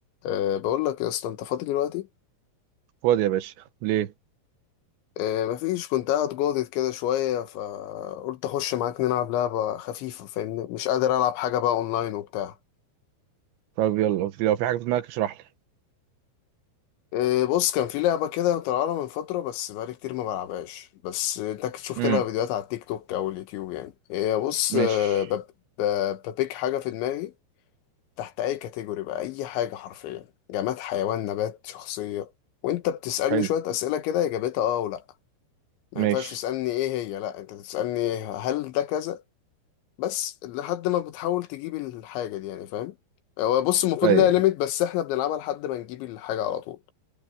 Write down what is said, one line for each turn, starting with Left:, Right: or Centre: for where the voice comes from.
Left: أه بقول لك يا اسطى انت فاضي دلوقتي
Right: فاضي يا باشا ليه
Left: أه مفيش كنت قاعد جاضد كده شويه فقلت اخش معاك نلعب لعبه خفيفه فاهمني مش قادر العب حاجه بقى اونلاين وبتاع
Right: طب يلا لو في لو في حاجه في دماغك اشرح لي
Left: أه بص كان في لعبه كده طالعه من فتره بس بقالي كتير ما بلعبهاش بس انت اكيد شفت
Right: امم
Left: لها فيديوهات على التيك توك او اليوتيوب يعني أه بص
Right: ماشي
Left: أه بب- ب- ببيك حاجه في دماغي تحت اي كاتيجوري بقى اي حاجه حرفيا جماد حيوان نبات شخصيه وانت بتسالني
Right: حلو
Left: شويه اسئله كده اجابتها اه ولا ما
Right: ماشي
Left: ينفعش تسألني ايه هي لا انت تسألني هل ده كذا بس لحد ما بتحاول تجيب الحاجة دي يعني فاهم هو بص المفروض
Right: ايوه
Left: ليها ليميت بس احنا بنلعبها لحد ما نجيب الحاجة على طول